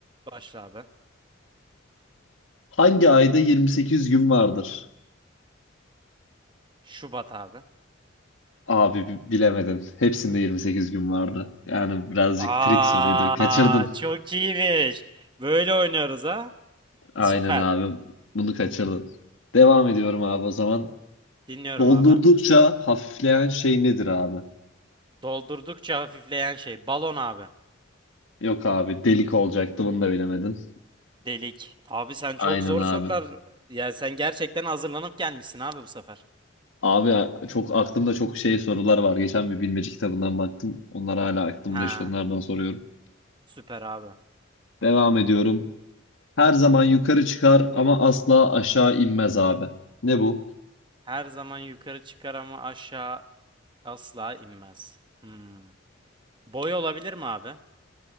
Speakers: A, on the right (about 25°); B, on the left (about 75°).
A: Başla abi.
B: Hangi ayda 28 gün vardır?
A: Şubat abi.
B: Abi bi- bilemedin. Hepsinde 28 gün vardı. Yani birazcık
A: Aa
B: trik soruydu. Kaçırdın.
A: çok iyiymiş. Böyle oynuyoruz ha.
B: Aynen
A: Süper.
B: abi. Bunu kaçırdın. Devam ediyorum abi o zaman.
A: Dinliyorum
B: Doldurdukça
A: abi.
B: hafifleyen şey nedir abi?
A: Doldurdukça hafifleyen şey. Balon abi.
B: Yok abi delik olacaktı bunu da bilemedin.
A: Delik. Abi sen çok
B: Aynen
A: zor
B: abi.
A: sorular. Ya sen gerçekten hazırlanıp gelmişsin abi bu sefer.
B: Abi a- çok aklımda çok şey sorular var. Geçen bir bilmece kitabından baktım. Onlar hala aklımda
A: Ha,
B: işte onlardan soruyorum.
A: süper abi.
B: Devam ediyorum. Her zaman yukarı çıkar ama asla aşağı inmez abi. Ne bu?
A: Her zaman yukarı çıkar ama aşağı asla inmez. Hmm. Boy olabilir mi abi?